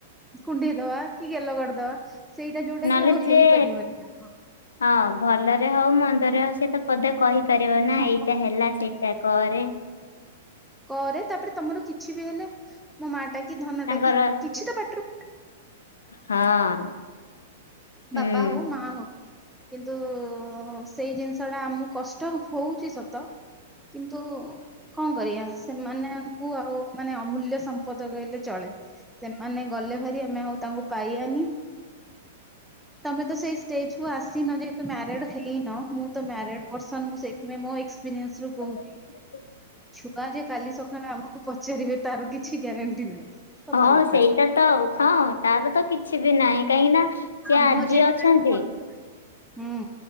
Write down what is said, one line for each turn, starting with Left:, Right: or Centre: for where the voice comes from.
Centre: କୁଣ୍ଡେଇ ଦେବା କି ଗେଲ କରିଦେବା ସେଇଟା ଯୋଉଟା
Left: ନହେଲେ
Centre: କି ଆଉ
Left: ସିଏ
Centre: ହେଇପାରିବନି।
Left: ହଁ ଭଲରେ ହଉ, ମନ୍ଦରେ ହଉ, ସେ ତ ପଦେ କହିପାରିବ ନା
Centre: ହଁ
Left: ଏଇଟା ହେଲା ସେଇଟା କରେ।
Centre: କରେ ତାପରେ ତମର କିଛି ବି ହେଲେ। ମୋ ମାଆଟା କି, ଧନଟା
Left: ତାଙ୍କର
Centre: କି, କିଛି ତ ପାଟରୁ
Left: ହଁ। ହୁଁ।
Centre: ବାପା ହଉ, ମାଆ ହଉ କିନ୍ତୁ ସେଇ ଜିନିଷ ଟା ଆମକୁ କଷ୍ଟ ହଉଛି ସତ। କିନ୍ତୁ କଣ କରିବା ସେମାନଙ୍କୁ ଆଉ ମାନେ ଅମୂଲ୍ୟ ସମ୍ପଦ କହିଲେ ଚଳେ। ସେମାନେ ଗଲେ ଭାରି ଆମେ ଆଉ ତାଙ୍କୁ ପାଇବାନି। ତମେ ତ ସେଇ ଷ୍ଟେଜକୁ ଆସିନ ଯେହେତ ମ୍ୟାରିଡ ହେଇନ ମୁଁ ତ ମ୍ୟାରିଡ ପର୍ସନ ମୁ ସେଇ ସେଥିପାଇଁ ମୋ ଏକ୍ସପେରିଏସରୁ କହୁ
Left: <inaudible>
Centre: ଛୁଆ ଯେ କାଲି ସକାଳେ ଆମକୁ ପଚାରିବେ ତାର କିଛି ଗ୍ୟାରେଣ୍ଟି ନାହିଁ। ସତ
Left: ହଁ
Centre: କଥା।
Left: ସେଇଟା ତ ହଁ। ତାର ତ କିଛି ବି ନାହିଁ। କାହିଁକି ନା ସିଏ
Centre: ଆମ
Left: ଆଜି
Centre: ଜେନେରେସନ
Left: ଅଛନ୍ତି।
Centre: ହୁଁ।